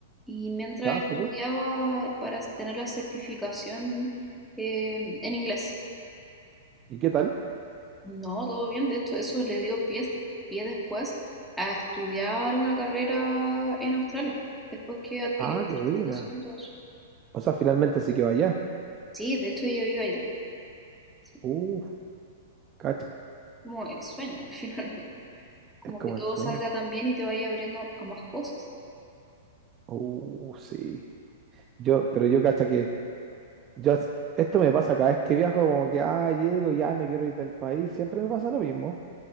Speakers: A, in the centre; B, on the right (about 25°).
A: y mientras
B: ¿Ya? Súper.
A: estudiaba para tener la certificación eh, en inglés.
B: ¿Y qué tal?
A: No, todo bien. De hecho, eso le dio pie, pie después a estudiar una carrera en Australia, después que adquirió
B: Ah,
A: la
B: qué
A: certificación
B: buena.
A: y todo eso.
B: O sea, finalmente sí que vaya.
A: Sí, de hecho ella vive allá. Sí,
B: Uf, cacha.
A: como el sueño, <laughs> finalmente. como
B: Es como
A: que todo
B: el sueño.
A: salga tan bien y te vaya abriendo a más cosas.
B: Uh, sí. Yo, pero yo hasta que yo, as- esto me pasa cada vez que viajo, como que, ah, llego, ya me quiero ir del país, siempre me pasa lo mismo.